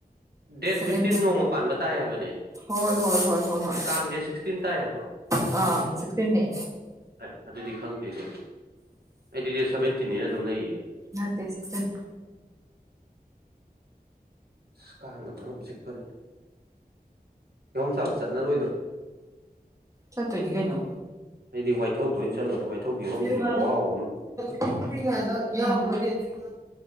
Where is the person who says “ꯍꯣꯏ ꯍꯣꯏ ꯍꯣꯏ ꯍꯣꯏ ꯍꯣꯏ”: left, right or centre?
Right